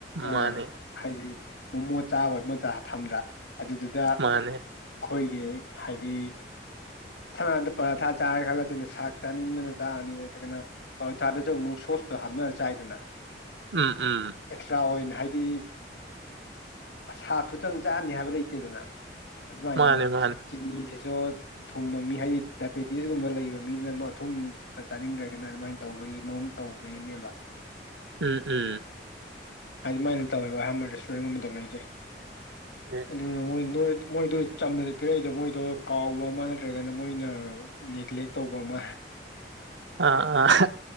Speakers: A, on the left (about 85°); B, on the right (about 80°).
A: ꯑꯥ
B: ꯃꯥꯅꯦ
A: ꯍꯥꯏꯗꯤ ꯃꯣꯃꯣ ꯆꯥꯕ ꯃꯗ ꯊꯝꯗ꯭ꯔꯥ ꯑꯗꯨꯗꯨꯗ ꯑꯩꯈꯣꯏꯒꯤ
B: ꯃꯥꯅꯦ
A: ꯍꯥꯏꯗꯤ
B: <unintelligible>
A: ꯁꯗ ꯄꯔꯥꯊꯥ ꯆꯥꯔꯦ ꯈꯜꯂꯁꯤꯅꯦ ꯁꯥꯛ ꯆꯥꯅꯤꯡꯕꯅ ꯆꯥꯔꯅꯤ ꯑꯗꯨꯒꯅ ꯄꯥꯎ ꯊꯥꯔꯗꯁꯨ ꯑꯃꯨꯛ ꯁꯣꯁꯇꯣ ꯍꯥꯞꯅꯔ ꯆꯥꯏꯗꯅ
B: ꯎꯝ ꯎꯝ
A: ꯑꯦꯛꯁꯇ꯭ꯔꯥ ꯑꯣꯏꯅ ꯍꯥꯏꯗꯤ ꯁꯥꯛ ꯇꯨꯇꯪ ꯆꯥꯅꯤ ꯍꯥꯏꯕ ꯂꯩꯇꯦꯗꯅ ꯑꯗꯨꯃꯥꯏꯅ
B: ꯃꯥꯅꯦ ꯃꯥꯅꯦ
A: ꯆꯤ ꯁ ꯊꯨꯝꯕ ꯃꯤ ꯍꯥꯏꯗꯤ ꯗꯥꯏꯕꯦꯇꯤꯁꯀꯨꯝꯕ ꯂꯩꯕ ꯃꯤꯗꯨꯅ ꯑꯃꯨꯛ ꯑꯊꯨꯝ ꯈ ꯆꯥꯅꯤꯡꯗ꯭ꯔꯒꯅ ꯑꯗꯨꯃꯥꯏꯅ ꯇꯧꯕꯒꯤ ꯃꯑꯣꯡ ꯇꯧꯅꯩꯅꯦꯕ
B: ꯎꯝ ꯎꯝ
A: ꯍꯥꯏꯗꯤ ꯃꯥꯏꯅ ꯇꯧꯋꯦꯕ ꯑꯍꯥꯟꯕ ꯔꯦꯁꯇꯨꯔꯦꯟꯒꯨꯝꯕꯗꯧ ꯂꯩꯁꯦ
B: ꯎꯝ
A: ꯑꯗꯨꯅꯣꯏ ꯃꯣꯏꯗꯣ ꯆꯝꯅ ꯄꯤꯔꯛꯏꯗ ꯃꯣꯏꯗꯣ ꯀꯥꯎꯕ ꯑꯃ ꯅꯠꯇ꯭ꯔꯒꯅ ꯃꯣꯏꯅ ꯅꯦꯒ꯭ꯂꯦꯛ ꯇꯧꯕ ꯑꯃ
B: ꯑ